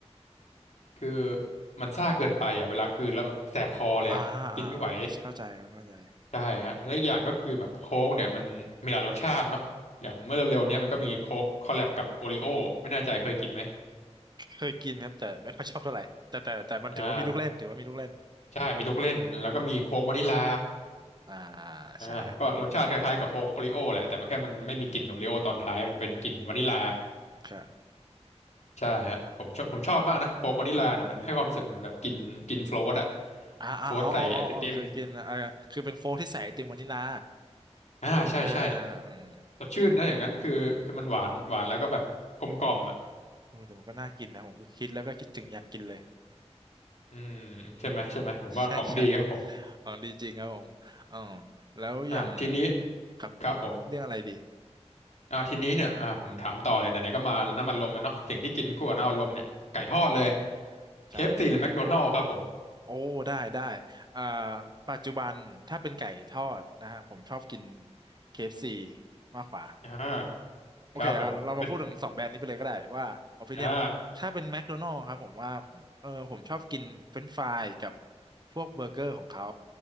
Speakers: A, on the left (about 80°); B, on the right (about 40°).
A: คือมันซ่าเกินไปอ่ะเวลากลืนแล้วแบบแสบคอเลยอ่ะกินไม่ไหว
B: อ่าอ่าอ่าอเข้าเข้าใจครับเข้าใจ
A: ใช่ฮะแล้วอกอย่างก็คือแบบโค้กเนี่ยมันมีหลายรสชาติเนาะอย่างเมื่อเร็วๆเนี้ยมันก็มีโค้กคอลแลบกับโอริโอไม่แน่ใจเคยกินไหม
B: เคยกินครับแต่ไม่ค่อยชอบเท่าไหร่แต่แต่แต่มันถือว่ามีลูกเล่นถือว่ามีลูกเล่น
A: อ่าใช่มีทุกเล่นแล้วก็มีโค้กวานิลา
B: อ่า
A: อ่าก็รสชาติคล้ายๆกับโค้กโอริโอแหละแต่แค่มันไม่มีกลิ่นโอริโอตอนท้ายมันเป็นกลิ่นวานิลลา
B: ใช่ครับ
A: ใช่ฮะผมชอบผมชอบมากนะโค้กวานิลลาเนี่ยมันให้ความรู้สึกเหมือนแบบกินกินโฟลตอะ
B: อ่าอ่าอ๋ออ๋ออ๋ออ๋อเคยกินอ่าคือเป็นโค้กที่ใส่ไอติมวานิลลา
A: โฟลตใส่ไอติมอ่าใช่ใช่
B: ใช่ไหมเออเออเออเอ๊ะมัน
A: สดชื่นนะอย่างนั้นคือคือมันหวานหวานแล้วก็แบบกลมกล่อมอ่ะ
B: เออแต่มันก็น่ากินนะผมก็คิดแล้วก็คิดถึงอยากกินเลย
A: อืมใช่ไหมใช่ไหมผมว่าของดีครับผม
B: อืม <laughs> ใช่ใช่ของดีจริงครับผมอ๋อแล้วอย่าง
A: อ่าทีนี้
B: ครับ
A: ครับผม
B: เรื่องอะไรดี
A: อ่าทีนี้เนี่ยอ่าผมถามต่อเลยไหนๆก็มาน้ำอัดลมแล้วเนาะสิ่งที่กินคู่กับน้ำอัดลมเนี่ยไก่ทอดเลย
B: ใช่
A: KFC หรือแมคโดนัลด์ครับผม
B: โอ้ได้ได้เอ่อปัจจุบันถ้าเป็นไก่ทอดนะฮะผมชอบกิน KFC มากกว่า
A: อ่า
B: โอเคอ่ะเรามาพูดถึงสองแบรนด์นี้ไปเลยก็ได้ว่า
A: ครับผมเป็น
B: opinion
A: อ่า
B: ถ้าเป็นแม d โดนัล s ครับผมว่าเออผมชอบกินเฟรนช์ฟรายกับพวกเบอร์เกอร์ของเขา